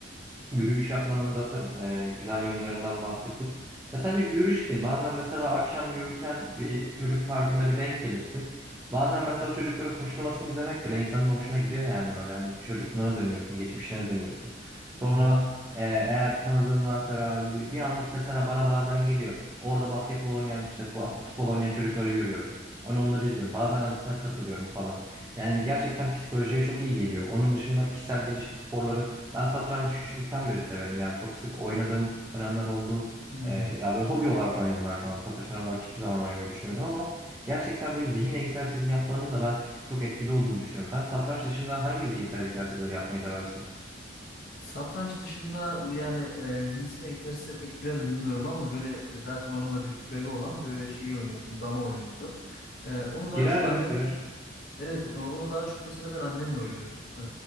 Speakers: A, on the right; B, on the left.
A: Yürüyüş yapmanın zaten e, güzel yönlerinden bahsettin. Ve sadece yürüyüş değil. Bazen mesela akşam yürürken bir çocuk parkında bir denk gelirsin. Bazen mesela o çocukların koşturmasını izlemek bile insanın hoşuna gidiyor yani böyle. Hani çocukluğuna dönüyorsun, geçmişine dönüyorsun. Sonra
B: Evet.
A: e, eğer tanıdığın varsa veya öyle bir, bir anlık mesela bana bazen geliyor. Orada basketbol oynayan işte bas- futbol oynayan çocukları görüyorum. Hani onları izliyorum. Bazen arasına katılıyorum falan. Yani gerçekten psikolojiye çok iyi geliyor. Onun dışında kişisel gelişim sporları ben satranç küçüklükten beri severim. Yani çok sık oynadığım dönemler oldu.
B: Hmm.
A: Ee, ya böyle hobi olarak oynadım her zaman. Profesyonel olarak hiçbir zaman oynamayı düşünmedim ama gerçekten böyle zihin egzersizi yapmanın da ben çok etkili olduğunu düşünüyorum. Sen satranç dışında hangi zihinsel egzersizleri yapmayı seversin?
B: Satranç dışında yani e, zihinsel egzersize pek girer mi bilmiyorum ama böyle e, zaten onun da bir türevi olan böyle şeyi oynuyordum, dama oynuyordum. E, onu daha
A: Girer
B: çok
A: evet
B: annem
A: girer.
B: Evet e, onu daha çok mesela ben annemle oynuyordum. Ee,